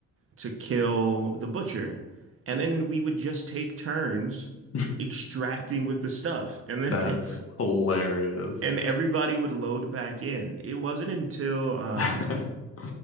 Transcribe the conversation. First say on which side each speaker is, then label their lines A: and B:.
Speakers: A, on the right (about 45°); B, on the left (about 50°).
A: to kill the butcher. And then we would just take turns
B: <laughs>
A: extracting with the stuff. And then
B: That's
A: <laughs> every,
B: hilarious.
A: and everybody would load back in. It wasn't until um
B: <laughs>